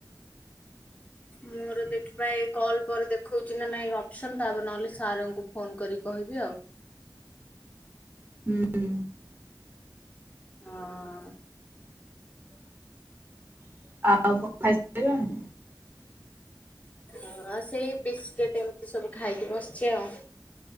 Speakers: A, on the left; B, on the right.
A: ମୋର ଦେଖିବା ଏ କଲ୍ ପରେ ଦେଖୋଉଚି ନା ନାଇଁ ଅପ୍ସନ୍ ତାପରେ ନହେଲେ ସାର୍ ଙ୍କୁ ଫୋନ୍ କରିକି କହିବି ଆଉ।
B: ହୁଁ ହୁଁ।
A: ହଁ।
B: ଆଉ କଣ ଖାଇସାରିଲଣି?
A: ହଁ ଆ ସେଇ ବିସ୍କିଟି ଏମିତି ସବୁ ଖାଇକି ବସିଚି ଆଉ।